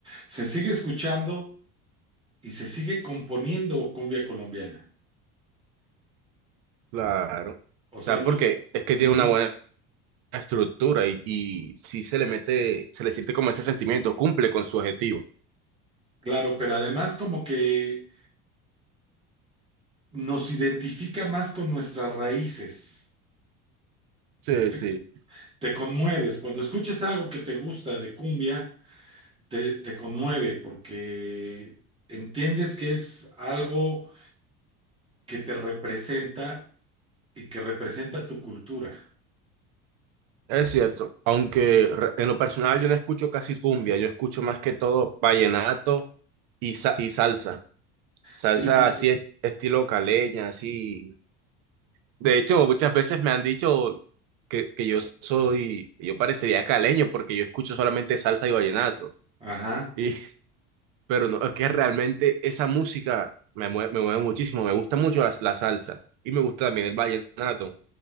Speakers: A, on the right (about 15°); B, on the right (about 65°).
A: se sigue escuchando y se sigue componiendo cumbia colombiana.
B: Claro. O
A: O
B: sea,
A: sea, no,
B: porque es que
A: ujú,
B: tiene una buena estructura y, y sí se le mete, se le siente como ese sentimiento, cumple con su objetivo.
A: claro, pero además como que nos identifica más con nuestras raíces.
B: Sí,
A: Te,
B: sí.
A: te conmueves, cuando escuchas algo que te gusta de cumbia, te, te conmueve porque entiendes que es algo que te representa y que representa tu cultura.
B: Es cierto. Aunque re- en lo personal yo no escucho casi cumbia, yo escucho más que todo vallenato y, sa- y salsa. Salsa
A: Sí, sí, sí.
B: así es, estilo caleña, así De hecho, muchas veces me han dicho que, que yo soy, yo parecería caleño porque yo escucho solamente salsa y vallenato.
A: Ajá.
B: Y, <laughs> pero no, es que realmente esa música me mueve, me mueve muchísimo, me gusta mucho la, la salsa y me gusta también el vallenato.